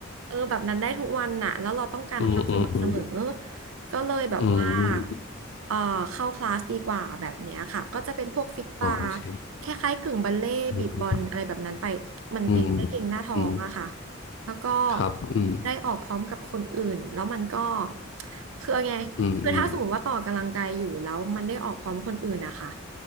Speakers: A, on the right; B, on the left.
A: เออแบบนั้นได้ทุกวันน่ะแล้วเราต้องการความสม่ำเสมอ
B: อืมอืมอืม
A: ก็เลยแบบว่า
B: อืมอืม
A: เออเข้าคลาสดีกว่าแบบเนี้ยค่ะก็จะเป็นพวกฟิตบาร์
B: อ๋อโอเค
A: คล้ายๆกึ่งบัลเล่ต์บีบบอลอะไรแบบนั้นไป
B: อืม
A: มันเก่งได้เก่งหน้าท้องอะค่ะ
B: อืมอืม
A: แล้วก็
B: ครับอืม
A: ได้ออกพร้อมกับคนอื่นแล้วมันก็คือเอาไงคือถ้าสมมติว่าต่อกำลังกายอยู่แล้วมันได้ออกพร้อมคนอื่นนะคะ
B: อืมอืม